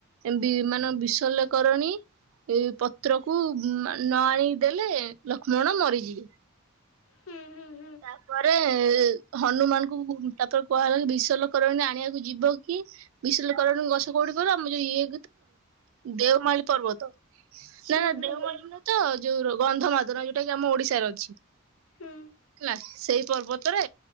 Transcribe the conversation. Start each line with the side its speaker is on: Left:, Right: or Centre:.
Right: ବି ମାନେ ବିଷଲ୍ୟକରଣୀ ଏ ପତ୍ରକୁ ନ ଆଣିକି ଦେଲେ ଲକ୍ଷ୍ମଣ ମରିଯିବେ।
Left: ହୁଁ ହୁଁ।
Right: ତାପରେ ହନୁମାନ ଙ୍କୁ ତାପରେ କୁହାହେଲା କି ବିଶଲ୍ୟକରଣୀ ଆଣିବାକୁ ଯିବ କିଏ? ବିଶଲ୍ୟକରଣୀ ଗଛ କୋଉଠି କହିଲ ଆମ ଯୋଉ ଇଏ ଦେଓମାଳି ପର୍ବତ, ନା
Left: ହୁଁ
Right: ନା
Left: ହୁଁ
Right: ଦେଓମାଳି
Left: ହୁଁ
Right: ନୁହେଁ ତ ଯୋଉ ଗନ୍ଧମାର୍ଦ୍ଧନ ଯୋଉଟା କି ଆମ ଓଡିଶାର ଅଛି।
Left: ହୁଁ।
Right: ହେଲା। ସେଇ ପର୍ବତରେ